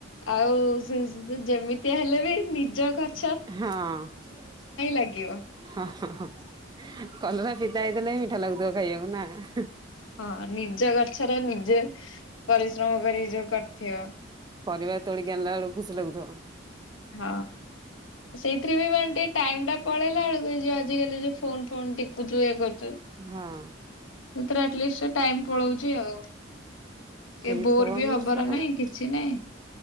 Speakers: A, on the left (about 85°); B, on the right (about 20°).
A: ଆଉ ସୁନ ଯେମିତି ହେଲେ ବି ନିଜ ଘର
B: ହଁ ଅଁ
A: ଲାଗିବ।
B: ହଁହଁ ଅଁ କଲରା ପିତା ହେଇଥିଲେ ଵି ମିଠା ଲାଗୁଥିବ ଖାଇବାକୁ ନା
A: ହଁ ନିଜ ଗଛରେ ନିଜେ ପରିଶ୍ରମ କରି ଯୋଉ କରିଥିବ
B: ପରିବା ତୋଳିକି ଆଣିଲା ବେଳକୁ ଖୁସି ଲାଗୁଥିବ।
A: ହଁ। ସେଇଥିରେ ବି ମାନେ ଟିକେ ଟାଇମ ଟା ପଳେଇଲା ବେଳକୁ ଯ ଆଜିକାଲି ଯୋଉ ଫୋନ ଫୋନ୍ ଟିପୁଚୁ ଇଏ କରୁଚୁ।
B: ହଁ।
A: ଏଥିରେ ଆଟ୍ଲିଷ୍ଟ ଟାଇମ୍ ପଳଉଚି ଆଉ।
B: ସେଇ
A: କେ ବୋର
B: ଫୋନ
A: ବି ହବାର
B: ତ ହଁ
A: ନାଇଁ କିଛି ନାଇଁ